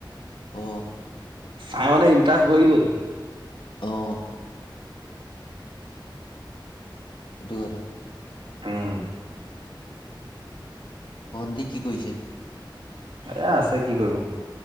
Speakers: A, on the left; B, on the right.
A: অ'
B: চাই মানে ইণ্টাৰেষ্ট বহি গ'ল।
A: অ' হেতু কথা।
B: উম।
A: ভন্টি কি কৰিছে?
B: এ আছে কি কৰিব।